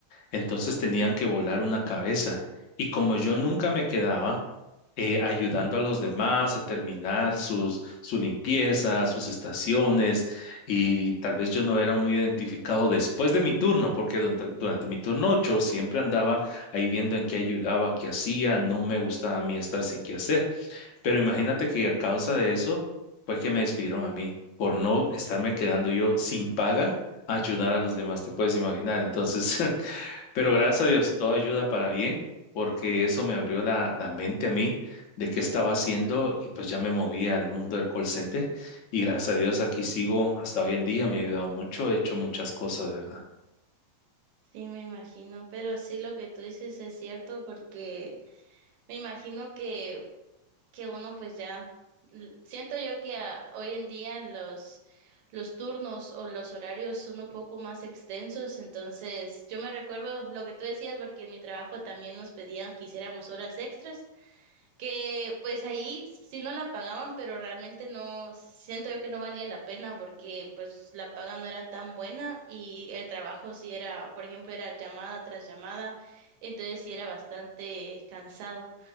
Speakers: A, on the left; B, on the right.
A: Entonces tenían que volar una cabeza. Y como yo nunca me quedaba eh, ayudando a los demás a terminar sus, su limpieza, sus estaciones, y tal vez yo no era muy identificado después de mi turno, porque durante, durante mi turno yo siempre andaba ahí viendo en qué ayudaba, qué hacía, no me gustaba a mí estar sin qué hacer. Pero imagínate que a causa de eso fue que me despidieron a mí por no estarme quedando yo sin paga a ayudar a los demás, te puedes imaginar. Entonces, <laughs> pero gracias a Dios, todo ayuda para bien, porque eso me abrió la, la mente a mí de qué estaba haciendo y pues ya me moví al mundo del call center y gracias a Dios aquí sigo hasta hoy en día, me ha ayudado mucho, he hecho muchas cosas, ¿verdad?
B: Sí, me imagino, pero sí lo que tú dices es cierto porque me imagino que que uno pues ya l- siento yo que ah, hoy en día los los turnos o los horarios son un poco más extensos, entonces yo me recuerdo lo que tú decías porque en mi trabajo también nos pedían que hiciéramos horas extras, que pues ahí s- sí no la pagaban, pero realmente no siento yo que no valía la pena porque pues la paga no era tan buena y el trabajo sí era, por ejemplo, era llamada tras llamada, entonces sí era bastante cansado.